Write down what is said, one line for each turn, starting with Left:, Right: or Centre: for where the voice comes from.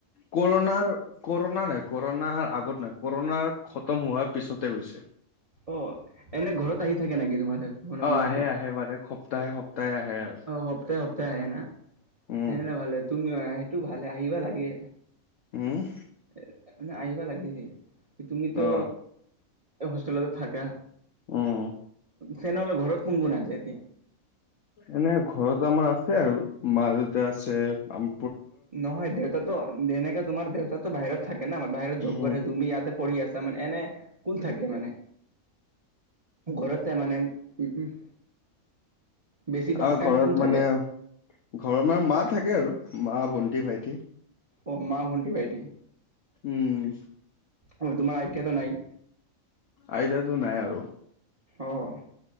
Left: কৰণাৰ কৰণা নাই, কৰণাৰ আগত নাই, কৰণাৰ খতম হোৱাৰ পিছতে গৈছে।
Right: অ, এনে ঘৰত আহি থাকে নেকি? তো, মাজ মানে, গুৱাহাটি
Left: আহে
Right: অ,
Left: আহে মানে সপ্তাহে সপ্তাহে আহে আৰু
Right: সপ্তাহে সপ্তাহে আহে, না।
Left: উম
Right: তেনেহ'লে ভালে তুমি সেইটো ভালে, আহিবা লাগে।
Left: উম,
Right: এ, আহিবা লাগিছিল তুমিতো
Left: অ
Right: হোষ্টেলতে থাকা।
Left: উম
Right: তেনে হ'লে ঘৰত কোন, কোন আছে এতিয়া?
Left: এনে ঘৰত আমাৰ আছে আৰু মা-দেউতা আছে, আম
Right: নহয় দেউতাতো যেনেকে তোমাৰ দেউতাতো বাহিৰত থাকে ন, বাহিৰত জব
Left: উম
Right: কৰে তুমি ইয়াতে পঢ়ি আছা মানে এনে, কোন থাকে মানে? ঘৰতে মানে, উম, উম, বেছিভাগ
Left: আমাৰ
Right: টাইম কোন থাকে?
Left: মানে ঘৰত মানে মা থাকে আৰু, মা ভন্টি ভাইটি।
Right: অ', মা ভণ্টি ভাইটি।
Left: উম।
Right: আৰু তোমাৰ আইতাটো নাই?
Left: আইতাটো নাই আৰু।
Right: অ',